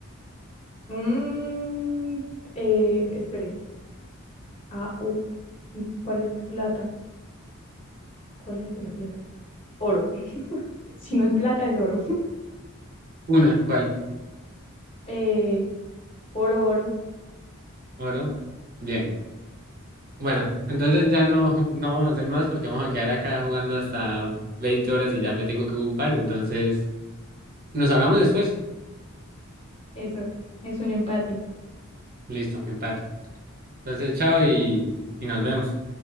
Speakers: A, on the left; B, on the right.
A: Mm, eh, espere, A, U. ¿Y ¿Cuál es plata? ¿Cuál es de la plata? Oro. <laughs> Si no es plata, es oro. <laughs>
B: Una, ¿cuál?
A: Eh, oro, oro.
B: Oro. Bien. Bueno, entonces ya no, <laughs> no vamos a hacer más porque vamos a quedar acá jugando hasta 20 horas y ya me tengo que ocupar. Entonces, nos hablamos después.
A: Eso. Es un empate.
B: Listo, empate. Entonces, chao y, y nos vemos.